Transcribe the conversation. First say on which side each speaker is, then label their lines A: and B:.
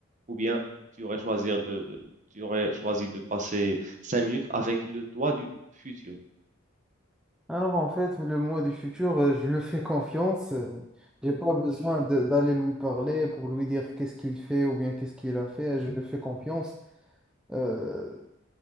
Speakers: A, on the right (about 35°); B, in the centre.
A: ou bien tu aurais choisi de, de- tu aurais choisi de passer cinq minutes avec le toi du futur.
B: alors en fait, le moi du futur, euh, je lui fais confiance. euh, J'ai pas besoin de- d'aller lui parler pour lui dire qu'est-ce qu'il fait ou bien qu'est-ce qu'il a fait. Je lui fais confiance. Euh,